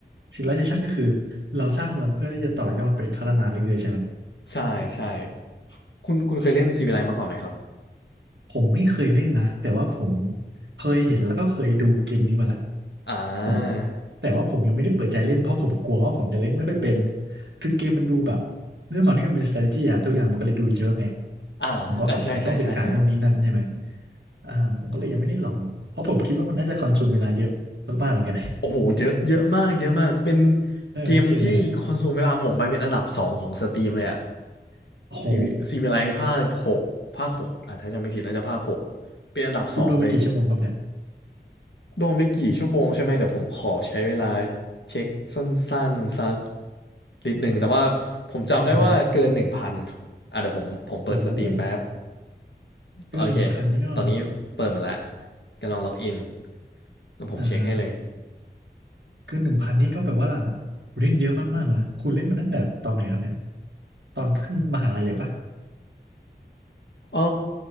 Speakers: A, on the right; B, on the left.
A: Civilization ก็คือเราสร้างเมืองเพื่อที่จะต่อยอดไปพัฒนาเรื่อยๆใช่ไหม
B: ใช่ใช่คุณคุณเคยเล่น Civilize มาก่อนไหมครับ
A: ผมไม่เคยเล่นนะแต่ว่าผมเคยเห็นแล้วก็เคยดูเกมนี้มาแหละ
B: อ่า
A: ผมแต่ว่าผมยังไม่ได้เปิดใจเล่นเพราะผมกลัวว่าผมจะเล่นไม่ค่อยเป็นคือเกมมันดูแบบด้วยความที่มันเป็น strategy อะทุกอย่างมันก็เลยดูเยอะไง
B: อ่าอ่าใช่ใช่ใช่ใช่
A: ผมก็แบบมันต้องศึกษานู่นนี่นั่นใช่ไหมอ่าผมก็เลยยังไม่ได้ลองเพราะผมคิดว่ามันน่าจะคอนซูมเวลาเยอะมากๆเหมือนกัน
B: โอ้โหเยอะเยอะมากเยอะมาก
A: <laughs>
B: เป็น
A: ใช่ไหมเกมแนวเนี้ย
B: เกมที่คอนซูมเวลาผมไปเป็นอันดับสองของสตรีมเลยอะ
A: โอ้โห
B: ซีวิซีวิไลภาคหกภาคหกอ่ะถ้าจะไม่ผิดน่าจะภาคหกเป็นอันดับสองเลย
A: คุณโดนไปกี่ชั่วโมงครับเนี่ย
B: โดนไปกี่ชั่วโมงใช่ไหมเดี๋ยวผมขอใช้เวลาเช็คสั้นๆสักนิดหนึ่งแต่ว่าผมจำได้ว่าเกินหนึ่งพัน
A: อ่าฮะ
B: อ่ะเดี๋ยวผมผมเปิดสตรีมแป๊บ
A: โอ้โหเกินหนึ่งพันนี่ก็
B: โอเค ตอนนี้เปิดมาแล้ว กำลังล็อกอินแล้วผมเช็คให้เลย
A: อ่าฮะเกินหนึ่งพันนี่ก็แปลว่าคุณเล่นเยอะมากๆนะคุณเล่นมาตั้งแต่ตอนไหนครับเนี่ยตอนขึ้นมหาลัยเลยปะ
B: เออ